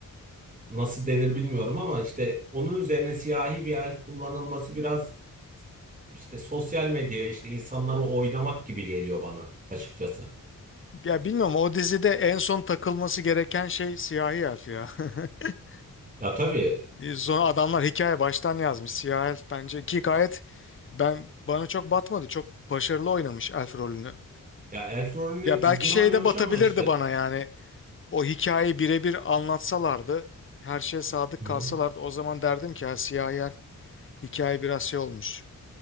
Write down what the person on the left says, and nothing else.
Ya bilmiyorum o dizide en son takılması gereken şey siyahi elf ya. <laughs>
Sonra adamlar hikaye baştan yazmış. Siyahi elf bence ki gayet ben bana çok batmadı. Çok başarılı oynamış elf rolünü.
Ya
belki şey
de batabilirdi
bana yani. O hikayeyi birebir anlatsalardı, her şeye sadık
kalsalardı o zaman derdim ki ha, siyahi elf hikaye biraz şey olmuş.